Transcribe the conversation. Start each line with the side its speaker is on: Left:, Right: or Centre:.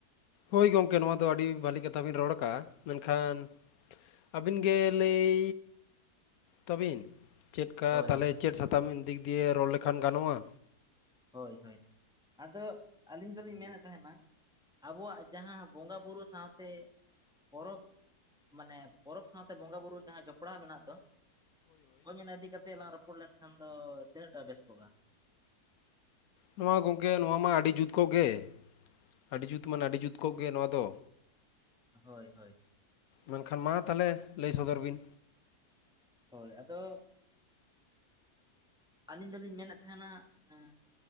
Left: ᱦᱳᱭ ᱜᱚᱝᱠᱮ ᱱᱚᱣᱟ ᱫᱚ ᱟᱹᱰᱤ ᱵᱷᱟᱹᱞᱤ ᱠᱟᱛᱷᱟ ᱵᱤᱱ ᱨᱚᱲ ᱠᱟᱜᱼᱟ ᱢᱮᱱᱠᱷᱟᱱ ᱟᱹᱵᱤᱱ ᱜᱮ ᱞᱟᱹᱭ ᱛᱟᱵᱤᱱ ᱪᱮᱫ ᱠᱟ
Centre: ᱦᱳᱭ
Left: ᱛᱟᱦᱚᱞᱮ ᱪᱮᱫ ᱥᱟᱛᱟᱢ ᱫᱤᱠ ᱫᱤᱭᱮ ᱨᱚᱲ ᱞᱮᱠᱷᱟᱱ ᱜᱟᱱᱚᱜᱼᱟ?
Centre: ᱦᱳᱭ ᱦᱳᱭ ᱟᱫᱚ ᱟᱹᱞᱤᱧ ᱫᱚᱞᱤᱧ ᱢᱮᱱᱮᱫ ᱛᱟᱦᱮᱸᱱᱟ ᱟᱵᱚᱣᱟᱜ ᱡᱟᱦᱟᱸ ᱵᱚᱸᱜᱟ ᱵᱩᱨᱩ ᱥᱟᱶᱛᱮ ᱯᱚᱨᱚᱵᱽ ᱢᱟᱱᱮ ᱯᱚᱨᱚᱵᱽ ᱥᱟᱶᱛᱮ ᱵᱚᱸᱜᱟ ᱵᱩᱨᱩ ᱡᱟᱦᱟᱸ ᱡᱚᱯᱲᱟᱣ ᱢᱮᱱᱟᱜ ᱫᱚ ᱦᱳᱭ ᱚᱱᱟ ᱤᱫᱤ ᱠᱟᱛᱮ ᱞᱟᱝ ᱨᱚᱯᱚᱲ ᱞᱮᱱ ᱠᱷᱟᱱ ᱫᱚ ᱛᱤᱱᱟᱹᱜ ᱴᱟ ᱵᱮᱥ ᱠᱚᱜᱼᱟ
Left: ᱱᱚᱣᱟ ᱜᱚᱝᱠᱮ ᱱᱚᱣᱟ ᱢᱟ ᱟᱹᱰᱤ ᱡᱩᱛ ᱠᱚᱜᱼᱜᱮ ᱟᱹᱰᱤ ᱡᱩᱛ ᱢᱟᱱᱮ ᱟᱹᱰᱤ ᱡᱩᱛ ᱠᱚᱜᱼᱜᱮ ᱱᱚᱣᱟ ᱫᱚ
Centre: ᱦᱳᱭ ᱦᱳᱭ
Left: ᱢᱮᱱᱠᱷᱟᱱ ᱢᱟ ᱛᱟᱦᱚᱞᱮ ᱞᱟᱹᱭ ᱥᱚᱫᱚᱨ ᱵᱤᱱ
Centre: ᱦᱳᱭ ᱟᱫᱚ ᱟᱹᱞᱤᱧ ᱫᱚᱞᱤᱧ ᱢᱮᱱᱮᱫ ᱛᱟᱦᱮᱸᱱᱟ ᱮ